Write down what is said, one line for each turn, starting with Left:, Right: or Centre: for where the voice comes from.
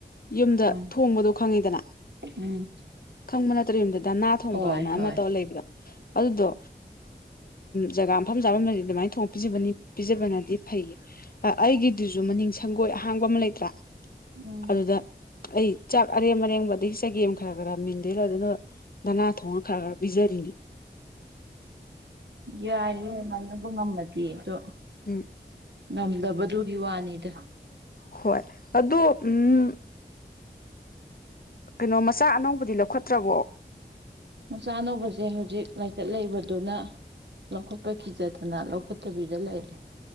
Left: ꯌꯨꯝꯗ
Right: ꯎꯝ
Left: ꯊꯣꯡꯕꯗꯣ ꯈꯪꯉꯤꯗꯅ
Right: ꯎꯝ
Left: ꯈꯪꯕ ꯅꯠꯇ꯭ꯔ ꯌꯨꯝꯗ ꯅꯥ ꯊꯣꯡꯕꯅ
Right: ꯍꯣꯏ
Left: ꯑꯃ
Right: ꯍꯣꯏ
Left: ꯇꯧꯔ ꯂꯩꯕꯗꯣ ꯑꯗꯨꯗꯣ ꯖꯒꯥ ꯃꯐꯝ ꯆꯥꯐꯝ ꯑꯗꯨꯃꯥꯏꯅ ꯊꯣꯡ ꯄꯤꯖꯕꯅꯤ ꯄꯤꯖꯕꯅꯗꯤ ꯐꯩꯌꯦ꯫ ꯑꯩꯒꯤꯗꯨꯁꯨ ꯃꯅꯤꯡ ꯁꯪꯒꯣꯏ ꯑꯍꯥꯡꯕ ꯑꯃ ꯂꯩꯇ꯭ꯔꯥ
Right: ꯎꯝ
Left: ꯑꯗꯨꯗ ꯑꯩ ꯆꯥꯛ ꯑꯔꯦꯝ ꯑꯔꯦꯡꯕꯗꯒꯤ ꯆꯒꯦꯝ ꯈꯔ ꯈꯔ ꯃꯤꯟꯗꯣꯏꯔꯣ ꯑꯗꯨꯅ ꯅꯥ ꯊꯣꯡꯅ ꯈꯔ ꯈꯔ ꯖꯔꯤꯅꯤ꯫
Right: ꯌꯥꯏꯑꯦ ꯃꯥꯅꯕꯨ ꯉꯝꯃꯗꯤ ꯑꯗꯣ
Left: ꯎꯝ
Right: ꯉꯝꯗꯕꯗꯨꯒꯤ ꯋꯥꯅꯤꯗ
Left: ꯍꯣꯏ ꯑꯗꯣ ꯎꯝ ꯀꯩꯅꯣ ꯃꯆꯥ ꯑꯅꯧꯕꯗꯤ ꯂꯧꯈꯠꯇ꯭ꯔꯕꯣ
Right: ꯃꯆꯥ ꯑꯅꯧꯕꯁꯦ ꯍꯧꯖꯤꯛ ꯂꯥꯏꯆꯠ ꯂꯩꯕꯗꯨꯅ ꯂꯧꯈꯠꯄ ꯀꯤꯖꯗꯅ ꯂꯧꯈꯠꯇꯕꯤꯗ ꯂꯩꯔꯦ꯫